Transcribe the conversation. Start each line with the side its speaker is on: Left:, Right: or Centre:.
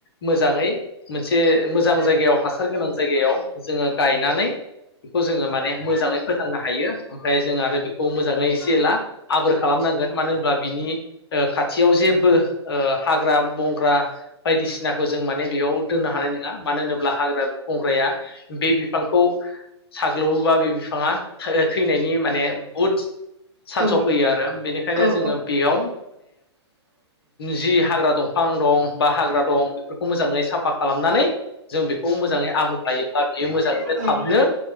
Left: मोजाङै मोनसे मोजां जायगायाव हासार गोनां जायगायाव जोङो गायनानै बेखौ जोङो माने मोजाङै फोथांनो हायो ओमफ्राय जोङो आरो बेखौ मोजाङै एसे एला आबोर खालामनांगोन मानो होनब्ला बिनि ओ खाथियाव जेबो ओ हाग्रा बंग्रा बायदिसिनाखौ जों माने बेयाव दोननो हानाय नङा मानो होनो ब्ला हाग्रा बंग्राया बे बिफांखौ साग्लोबोबा बे बिफाङा थैनायनि माने बहुद चानसाव
Right: औ
Left: फैयो आरो बेनिखायनो
Right: औ
Left: जोङो बेयाव जि हाग्रा दंफां दं बा हाग्रा दं बेफोरखौ मोजाङै साफा खालामनानै जों बेखौ मोजाङै आबोर लायो ब्ला बियो मोजाङैनो
Right: औ
Left: थाबनो